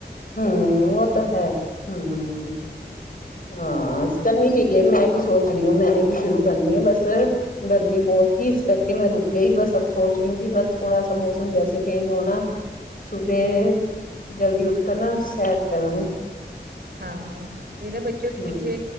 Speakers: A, on the left (about 55°); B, on the right (about 65°).
A: ہمم
B: تو
A: وہ تو ہے ہمم ہاں استعارے کے لیے میں بھی سوچ رہی ہوں میں نے بھی شروع کرنی ہے بس گرمی بہت تھی اس کر کے میں رک گئی بس اب سوچ رہی ہوں کہ بس تھوڑا سا موسم جیسے چینج ہونا صبح جلدی اٹھ کر نا سیر کروں
B: ہاں میرے بچوں کے
A: ہوں
B: پیچھے